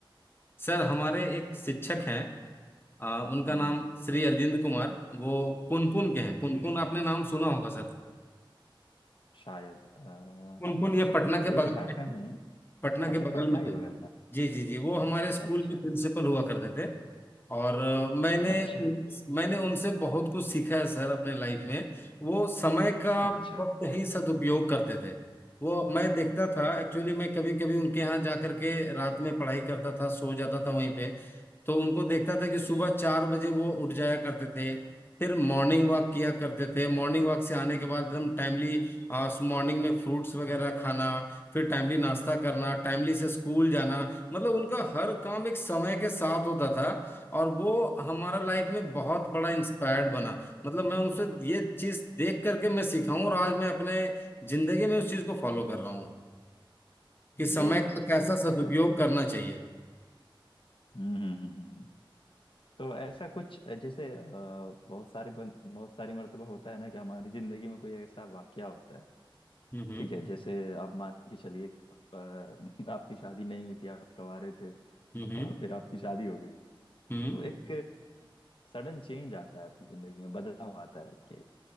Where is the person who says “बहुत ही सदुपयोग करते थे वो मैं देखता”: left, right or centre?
Left